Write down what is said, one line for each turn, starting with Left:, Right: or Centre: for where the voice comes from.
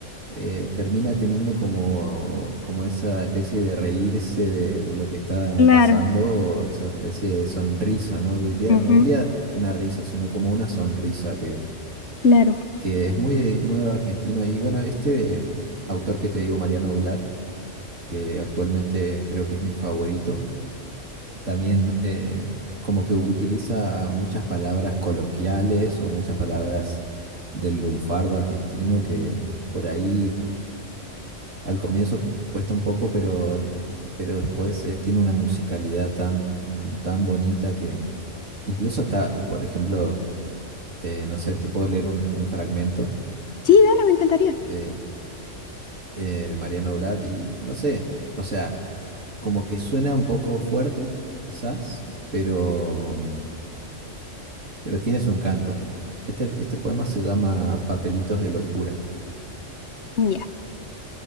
Right: eh, termina teniendo como, como esa especie de reírse de, de lo que está
Left: Claro.
Right: pasando, o esa especie de sonrisa, ¿no? Yo diría,
Left: Ujú,
Right: no diría una risa, sino como una sonrisa que,
Left: claro.
Right: que es muy, muy al argentino. Y bueno, este autor que te digo, Mariano Blatt, que actualmente creo que es mi favorito, también eh, como que utiliza muchas palabras coloquiales o muchas palabras del lunfardo argentino que por ahí Al comienzo cu- cuesta un poco, pero, pero después eh, tiene una musicalidad tan, mm, tan bonita que incluso está, por ejemplo, eh, no sé, te puedo leer un, un fragmento
Left: Sí, dale, me encantaría.
Right: de, eh, de Mariano Blatt y no sé, o sea, como que suena un poco fuerte, quizás, pero, pero tiene su encanto. Este, este poema se llama Papelitos de locura.
Left: Ya.